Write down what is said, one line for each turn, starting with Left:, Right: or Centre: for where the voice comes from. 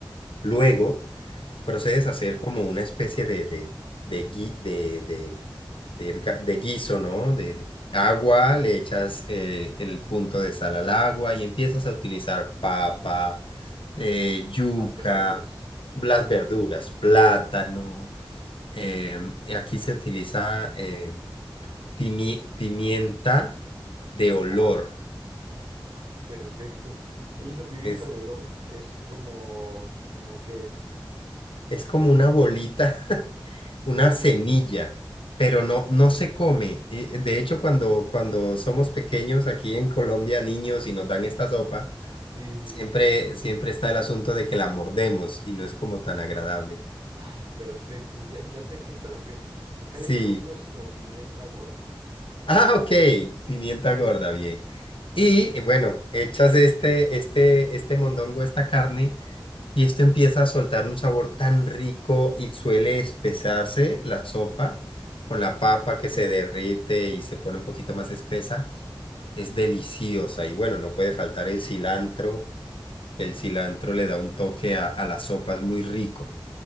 Right: Sí,
Left: Luego
Right: sí, sí.
Left: procedes a hacer como una especie de, de, de, gui- de, de, de ga- de guiso, ¿no? De, de agua, le echas eh, el punto de sal al agua y empiezas a utilizar papa, eh, yuca,
Right: Las verduras.
Left: las verduras, plátano.
Right: Sí.
Left: em, y aquí se utiliza eh, pimi- pimienta de olor.
Right: Ah, ok. Ah, perfecto. Oye, esa pimienta
Left: Es,
Right: de olor es como, como que es.
Left: es como una bolita, <laughs> una semilla,
Right: Oh,
Left: pero no, no se come. Y, De hecho, cuando, cuando somos pequeños aquí en Colombia, niños, y nos dan esta sopa,
Right: Sí, sí,
Left: siempre,
Right: sí.
Left: siempre está el asunto de que la mordemos y no es como tan agradable.
Right: Ah, perfecto. Ya, ya sé a qué te refieres. Acá
Left: Sí.
Right: le conocemos como pimienta gorda.
Left: Ah, ok. Pimienta gorda, bien. Y
Right: <laughs> Sí,
Left: eh, bueno, echas este, este, este mondongo, esta carne. Y esto empieza a soltar un sabor tan rico y suele espesarse la sopa
Right: sí,
Left: con
Right: sí.
Left: la
Right: sí.
Left: papa que se derrite y se pone un poquito más espesa. Es deliciosa y bueno, no puede faltar el cilantro. El cilantro le da un toque a, a las sopas muy rico.